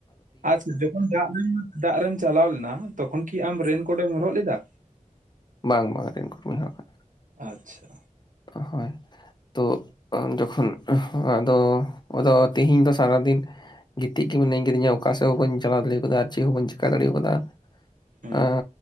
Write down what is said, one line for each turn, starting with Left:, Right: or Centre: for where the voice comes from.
Right: ᱟᱪᱪᱷᱟ ᱡᱚᱠᱷᱚᱱ <unintelligible> ᱫᱟᱜ ᱨᱮᱢ ᱪᱟᱞᱟᱣ ᱞᱮᱱᱟ ᱛᱚᱠᱷᱚᱱ ᱠᱤ ᱟᱢ ᱨᱮᱱᱠᱳᱴ ᱮᱢ ᱦᱚᱨᱚᱜ ᱞᱮᱫᱟ?
Left: ᱵᱟᱝ ᱵᱟᱝ, ᱨᱮᱱᱠᱳᱴ ᱵᱟᱧ ᱦᱚᱨᱚᱜ ᱠᱟᱫᱟ᱾
Right: ᱟᱪᱪᱷᱟ
Left: ᱦᱚᱭ ᱛᱚ ᱡᱚᱠᱷᱚᱱ ᱟᱫᱚ, ᱟᱫᱚ ᱛᱮᱦᱤᱧ ᱫᱚ ᱥᱟᱨᱟᱫᱤᱱ ᱜᱤᱛᱤᱡ ᱜᱮ ᱢᱤᱱᱟᱧ ᱠᱟᱫᱤᱧᱟ, ᱚᱠᱟ ᱥᱮᱜ ᱦᱚᱸ ᱵᱟᱹᱧ ᱪᱟᱞᱟᱣ ᱫᱟᱲᱮᱣ ᱠᱟᱫᱟ ᱟᱨ ᱪᱮᱜ ᱦᱚᱸ ᱵᱟᱹᱧ ᱪᱤᱠᱟ ᱫᱟᱲᱮᱣ ᱠᱟᱫᱟ᱾
Right: ᱦᱩᱸ
Left: ᱚᱻ